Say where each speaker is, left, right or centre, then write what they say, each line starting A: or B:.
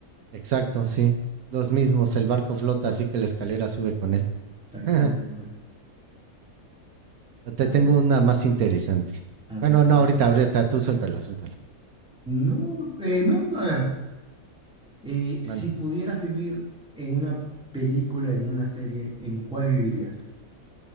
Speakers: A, on the right; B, in the centre.
A: Exacto, sí. Los
B: Sí,
A: mismos, el barco flota, así que la escalera sube con él.
B: Tal
A: <laughs>
B: cual, tal cual.
A: Te
B: A
A: tengo
B: ver,
A: una más interesante.
B: a ver,
A: Bueno,
B: a
A: no,
B: ver.
A: ahorita, ahorita, tú suéltala, suéltala.
B: No, eh, no, a ver. eh, si
A: Man.
B: pudieras vivir en una película, en una serie, ¿en cuál vivirías?